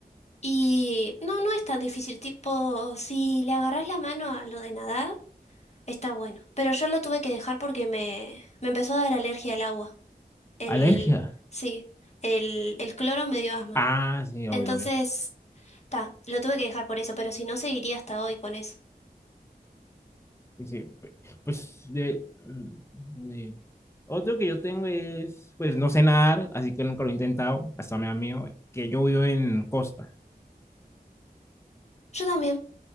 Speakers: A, on the left; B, on the left.
A: Y no, no es tan difícil, tipo, si le agarrás la mano a lo de nadar, está bueno. Pero yo lo tuve que dejar porque me, me empezó a dar alergia al agua. El,
B: Alergia.
A: sí, el, el cloro me dio asma.
B: Ah, sí, obvio,
A: Entonces,
B: obvio.
A: ta, lo tuve que dejar por eso, pero si no, seguiría hasta hoy con eso.
B: Dice, pues, pues, de, de- otro que yo tengo es, pues, no sé nadar, así que nunca lo he intentado, hasta me da miedo, que yo vivo en Costa,
A: Yo también.